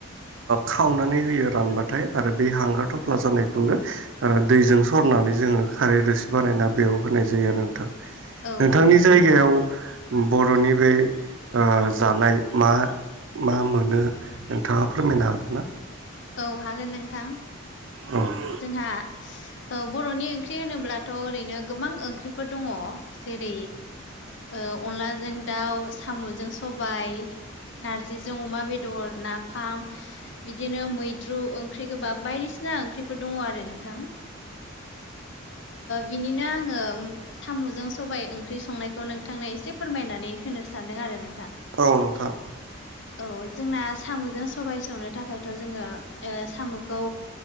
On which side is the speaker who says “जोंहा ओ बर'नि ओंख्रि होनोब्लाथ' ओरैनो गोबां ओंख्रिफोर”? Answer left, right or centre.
Left